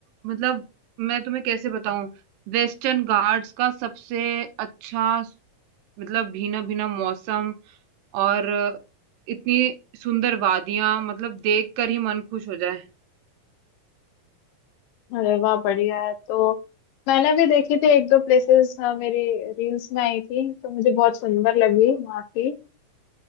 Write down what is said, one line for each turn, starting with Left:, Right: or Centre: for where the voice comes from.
Right: मतलब मैं तुम्हें कैसे बताऊं वेस्टर्न घाट्स का सबसे अच्छा मतलब भीना-भीना मौसम और इतनी सुंदर वादियां मतलब देख कर ही मन खुश हो जाए
Left: अरे वाह बढ़िया है तो मैंने भी देखी थी एक दो प्लेसेस मेरी रील्स में आई थी तो मुझे बहुत सुंदर लगी वहाँ की